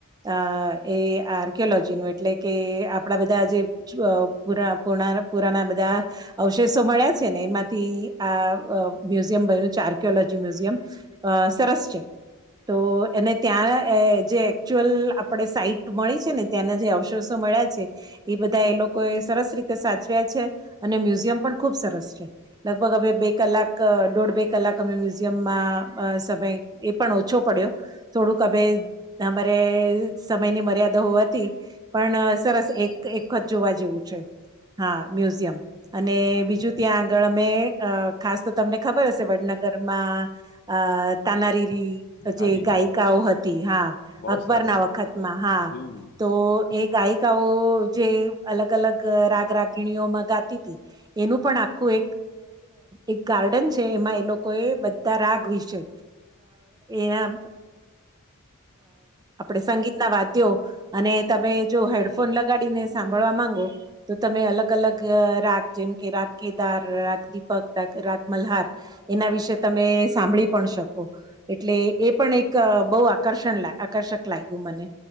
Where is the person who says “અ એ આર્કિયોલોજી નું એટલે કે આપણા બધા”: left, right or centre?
Right